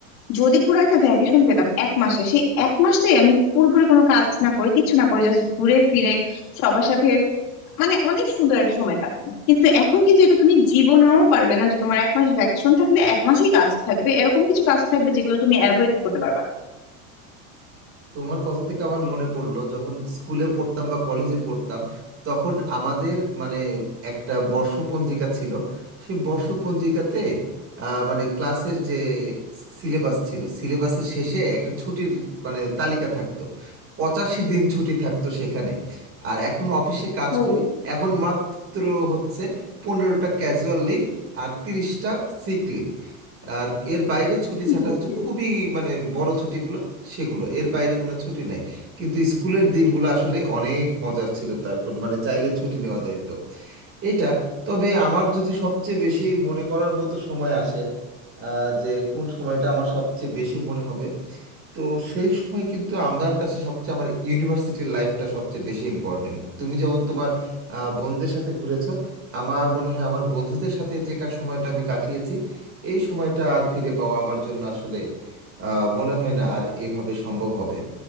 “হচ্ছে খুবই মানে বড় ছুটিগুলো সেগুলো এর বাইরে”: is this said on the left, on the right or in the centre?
Right